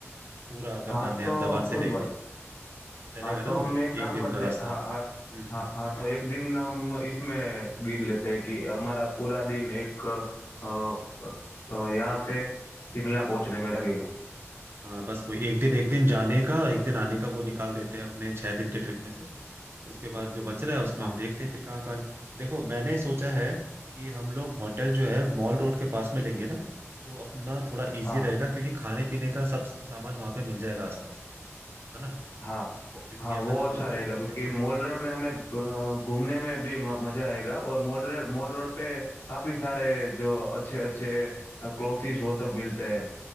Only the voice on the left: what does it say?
हाँ
तो
कोई
बात
हाँ
तो हम
एक काम
करते
हाँ हाँ
हाँ
हाँ तो एक दिन हम इसमें गिन लेते हैं कि हमारा पूरा दिन एक अ, अ, यहाँ से शिमला पहुंचने में लगेगा
हाँ
हाँ
हाँ
हाँ
वो
अच्छा
रहेगा
क्योंकि
मॉल
रोड में हमें घ- घूमने में भी म- मजा आएगा और मॉल रोड मॉल
रोड पे काफी सारे जो अच्छे अच्छे क्लोथिस वो सब मिलते हैं